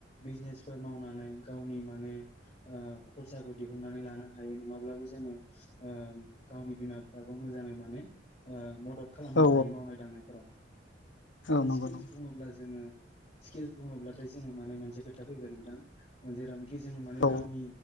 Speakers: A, on the left; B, on the left.
A: बिजनेस फोर मावनानै गावनि माने ओ खरसाखौ दिहुननानै लानो हायो नङाब्लाबो जोङो ओ गावनि बिमा बिफाखौ मोजाङै माने ओ मदद खालामनो
B: औ
A: हायो मावनाय दांनायफोराव दा
B: नंगौ
A: स्किल्स
B: नंगौ
A: बुङोब्ला जोङो स्किलस बुङोब्लाथाय जोङो माने मोनसे खोथा फैबाय नों थां ओ जेरावनोखि जों माने
B: औ
A: गावनि